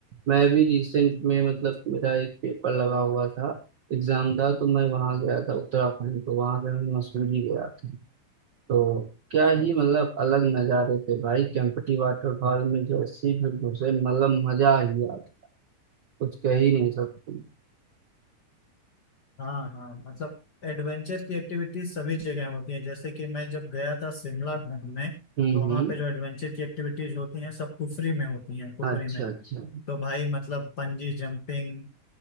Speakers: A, on the right; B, on the left.
A: मैं भी रिसेंट में मतलब मेरा एक पेपर लगा हुआ था एग्जाम था तो मैं वहाँ गया था उत्तराखंड तो वहाँ पे मैं मसूरी गया था तो क्या
B: अच्छा
A: ही
B: अच्छा
A: मतलब अलग नज़ारे थे भाई केम्प्टी वाटरफॉल में जैसे ही फिर घुसे मतलब मजा ही आ गया कुछ कह ही नहीं सकते
B: हाँ हाँ मतलब एडवेंचर की एक्टिविटीज सभी जगह होती है जैसे कि मैं जब गया था शिमला घूमने
A: हम्म
B: तो वहाँ
A: हम्म
B: पे जो एडवेंचर की एक्टिविटीज होती हैं सब कुफरी में होती हैं कुफरी
A: अच्छा
B: में
A: अच्छा
B: तो भाई मतलब पंजी जंपिंग